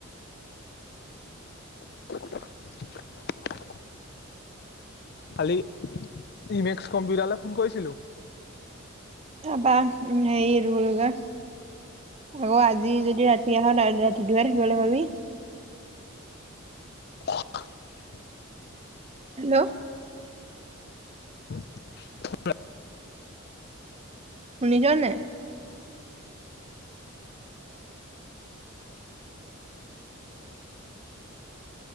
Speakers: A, on the left; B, on the right.
A: <inaudible> কালি ইমেক্স কম্পিউটাৰলৈ ফোন কৰিছিলোঁ।
B: তাপা হেৰি এইটো কি বুলি কয়? আকৌ আজি যদি ৰাতি আহ, কাইলৈ ৰাতিটোহে থাকিবলৈ পাবি।
A: <inaudible>
B: হেল্ল'।
A: <unintelligible>
B: শুনিচন নাই?